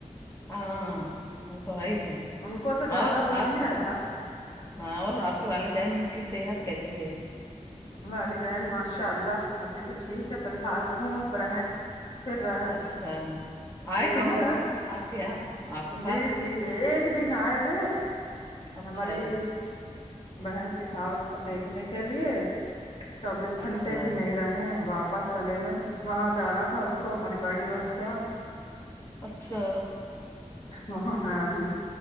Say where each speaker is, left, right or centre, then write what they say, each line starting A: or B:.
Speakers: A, on the left; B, on the left.
A: ہاں وہ تو ہے ہی ہے
B: ان کو تو زیادہ
A: اور
B: وہ
A: آپ
B: نہیں رہتا
A: ہاں اور آپ کے والدین کی صحت کیسی ہے
B: والدین ماشاء اللہ ابھی تو ٹھیک ہے فی الحال گھوم رہے پھر رہے
A: اچھا آئے
B: یہ
A: تھے
B: لوں
A: نا
B: گا
A: وہ آپ کے یہاں آپ کے
B: جی
A: پاس
B: جی ایک دن آئے تھے
A: اچھا
B: ہماری بہن کے ساس کو دیکھنے کے لیے چوبیس گھنٹے
A: اچھا
B: بھی نہیں رہے وہ آپ پاس چلے گئے وہاں جانا تھا ان کو ہماری بڑی بہن کے ہاں
A: اچھا
B: وہاں ہیں ابھی